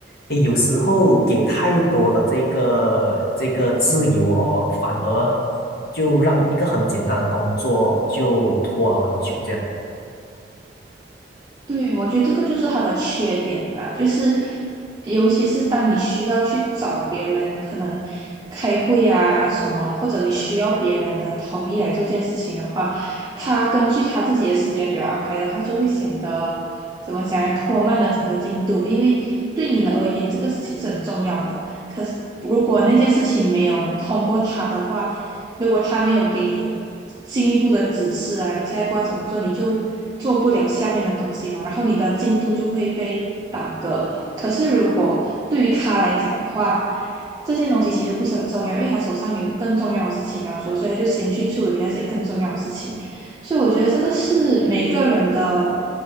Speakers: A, on the left (about 60°); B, on the right (about 20°).
A: 诶有时候给太多的这个这个自由哦，反而就让一个很简单的工作就拖了很久这样。
B: 对，我觉得这个就是他的缺点吧，就是尤其是当你需要去找别人，可能开会呀、什么，或者你需要别人的同意来做这件事情的话，他根据他自己的时间表安排的话，就会显得怎么讲，拖慢了整个进度，因为对你而言，这个事情是很重要的。可是如果那件事情没有通过他的话，如果他没有给你进一步的指示啊，你现在不知道怎么做，你就做不了下面的东西嘛，然后你的进度就会被耽搁。可是如果对于他来讲的话，这件东西其实不是很重要，因为他手上有更重要的事情要做，所以他就先去处理那些更重要的事情。所以我觉得这个是每个人的